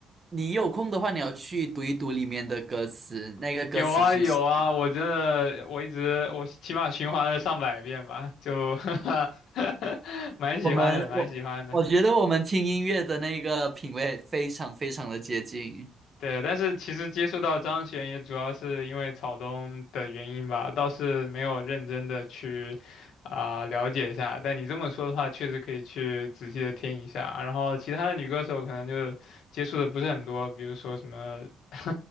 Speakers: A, on the right; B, on the left.
A: 你有空的话，你要去读一读里面的歌词。
B: <laughs>
A: 那个歌词其实
B: 有啊有啊，我真的我一直我起码循环了上百遍吧，就 <laughs> 蛮喜欢的，
A: 我们我我觉得我们听音乐的那个品味非常非常的接近。
B: 蛮喜欢的。对，但是其实接触到张悬也主要是因为草东的原因吧，倒是没有认真的去啊、了解一下。但你这么说的话，确实可以去仔细的听一下。然后其他的女歌手可能就接触的不是很多，比如说什么 <laughs>